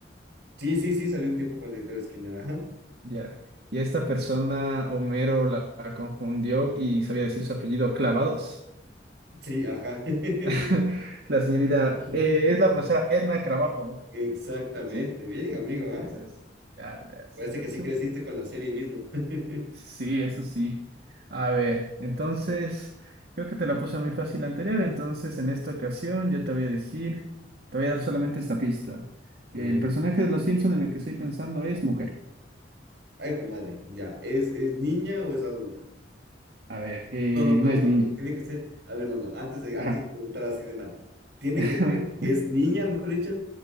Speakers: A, on the right; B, on the right.
A: Sí, sí, sí, salió un tiempo con el director Skinner. Ajá.
B: Ya. Y esta persona, Homero, la, la confundió y sabía decir su apellido Clavados.
A: Sí, ajá. <laughs>
B: <laughs> La señorita, eh, es la profesora Edna Krabappel,
A: Exactamente.
B: ¿sí?
A: Bien, amigo, ¿ah?
B: Esa es. Ya, ya, súper,
A: Parece que sí
B: súper.
A: creciste con la serie mismo. <laughs>
B: Sí, eso sí. A ver, entonces, creo que te la puse muy fácil la anterior, entonces en esta ocasión yo te voy a decir, te voy a dar solamente esta pista.
A: A
B: El
A: ver.
B: personaje de Los Simpson en el que estoy pensando es mujer.
A: Ay, hijo de madre, ya. ¿Es, es niña o es adulta?
B: A ver, eh,
A: No, no, pues
B: no es
A: no, perdón.
B: niña.
A: Tiene que ser. A ver, no, no. Antes de, antes
B: Ajá.
A: de preguntar así de mal. Tiene
B: <laughs>
A: que ser. ¿Es niña, mejor dicho?